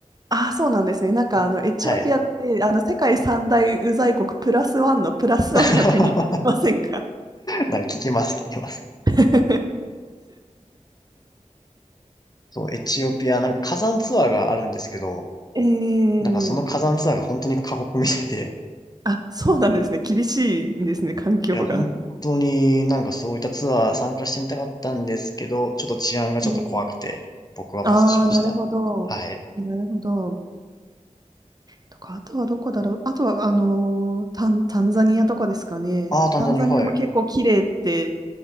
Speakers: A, on the right; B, on the left.
A: ああそうなんですね。なんかあのエチオピアってあの世界三大ウザい国プラスワンのプラスワンの国って言いませんか
B: いはい。<laughs> なんか聞きます、聞きます。
A: <laughs>
B: そう、エチオピア、なんか火山ツアーがあるんですけど、
A: えー、
B: なんかその火山ツアーが本当に過酷みたいで、
A: あ、そうなんですね。厳しいんですね、環境が。
B: いや、本当になんかそういったツアー参加してみたかったんですけど、ちょっと治安がちょっと怖くて、
A: えー、
B: 僕はパスしました。
A: ああ、なるほど。
B: はい。
A: なるほど。とか、あとはどこだろう。あとは、あのータン、タンザニアとかですかね。
B: ああ、単純にはい。
A: タンザニアも結構綺麗って、